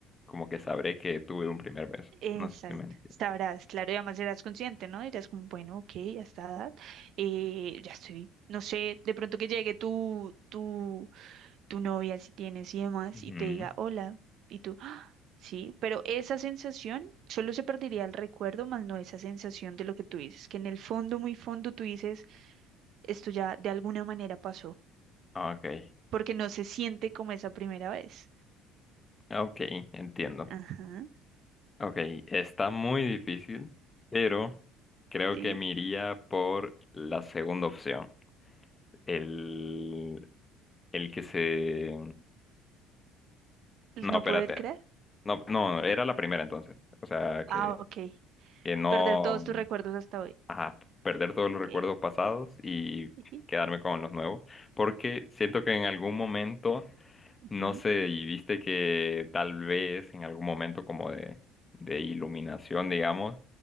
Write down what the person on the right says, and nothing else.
Exacto,
sabrás, claro, y además serás consciente, ¿no? Dirás como, bueno, ok, a esta edad, eh, ya estoy, no sé, de pronto que llegue tu, tu, tu novia, si tienes y demás,
y te diga, hola, y tú, "Ah, sí, pero esa sensación, solo se perdería el recuerdo, más no esa sensación de lo que tú dices, que en el fondo, muy fondo, tú dices, esto ya de alguna manera pasó,
porque no se siente como esa primera vez.
Ajá,
sí,
el
no
poder creer.
Ah, ok,
perder todos tus recuerdos hasta hoy.
Ok.
<laughs> Ujú,
ujú.